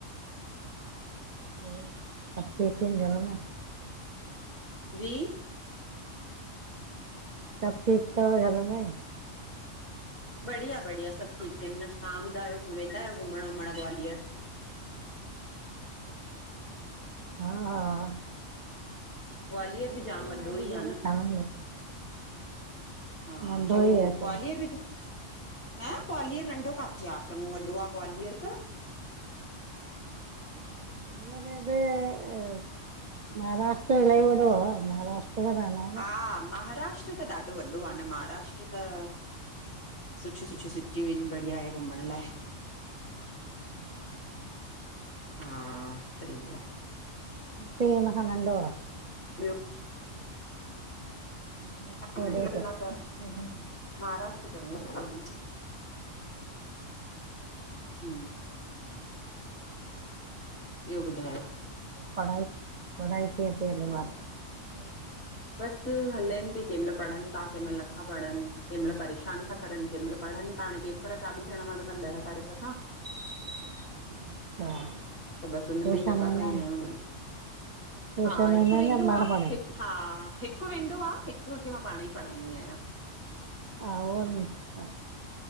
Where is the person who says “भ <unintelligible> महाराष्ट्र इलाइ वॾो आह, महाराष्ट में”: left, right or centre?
Right